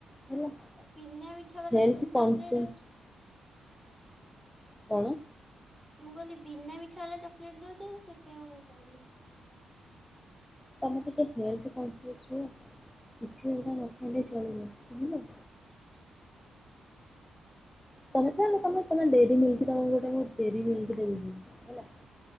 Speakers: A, on the left; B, in the centre.
A: ହେଲା
B: ଆଉ ବିିନା ମିଠା ବାଲା
A: ହେଲ୍ଥ
B: ଚକୋଲେଟ
A: କନସିଅସ କଣ?
B: ମୁଁ କହିଲି ବିନା ମିଠା ବାଲା ଚକୋଲେଟ ଦଉଛ ସେଥିପାଇଁ ମୁ କହିଲି?
A: ତମେ ଟିକେ ହେଲଥ୍ କନ୍ସିଅସ୍ ହୁଅ। କିଛି <unintelligible> ଦଗା ନଖାଇଲେ ଚଳିବ ବୁଝିଲ? ତମେ ତ ତମେ ତମେ ଡେରିମିଲ୍କ ତମ ଗୋଟେ ମୁ ଡେରିମିଲ୍କ ଦେବି <unintelligible> ହେଲା